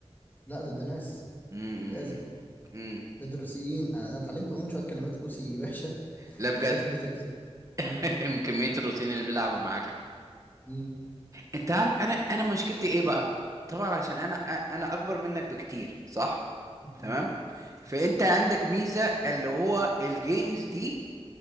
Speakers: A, on the left; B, on the right.
A: لا ضد ناس
B: امم
A: لازم
B: امم أمم.
A: ضد الروسيين آه، انا اتعلمت عموما شوية كلمات روسي وحشة
B: لا بجد
A: بسبب كمية الروسيين مم،
B: <laughs> من كميه الروتين اللي بيلعبوا معاك
A: مم،
B: انت عارف انا انا مشكلتي ايه بقى طبعا عشان انا انا اكبر منك بكتير صح تمام
A: مم،
B: فانت عندك ميزة اللي هو الجيمز دي